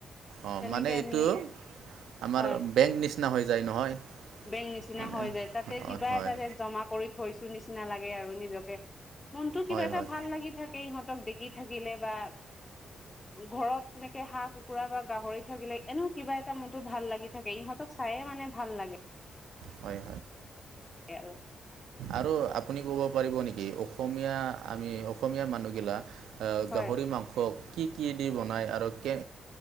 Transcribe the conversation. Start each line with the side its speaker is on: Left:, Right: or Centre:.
Right: অ'
Left: তেনেকে
Right: মানে এইটো
Left: আমি
Right: আমাৰ
Left: হয়
Right: বেং নি নিচিনা হৈ যায় নহয়।
Left: বেংক নিচিনা
Right: মানে
Left: হৈ যায় তাতে
Right: হয়
Left: কিবা
Right: হয়
Left: এটা ৰে জমা কৰি থৈছো নিচিনা। নিচিনা লাগে আৰু নিজকে মনতো
Right: হয়
Left: কিবা এটা
Right: হয়
Left: ভাল লাগি থাকে। ইহঁতক দেখি থাকিলে বা ঘৰত তেনেকে হাঁহ, কুকুৰা বা গাহৰি থাকিলে এনেও কিবা এটা মনতো ভাল লাগি থাকে ইহঁতক চায়ে মানে ভাল লাগে।
Right: হয়
Left: আৰু
Right: আৰু আপুনি কব। পাৰিব নেকি অসমীয়া আমি অসমীয়া মানুহগিলাক
Left: হয়
Right: গাহৰি মাংসক কি-কি দি বনায় আৰু কে